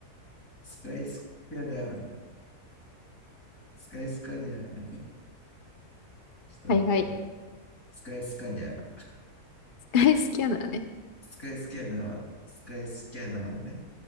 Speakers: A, on the left; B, on the left.
A: スカイスキャナー、スカイスカニャー、ちょっと待ってよ。
B: はいはい。
A: スカイスカニャー、
B: スカイスキャナーね。
A: スカイスキャナー、スカイスキャナーね。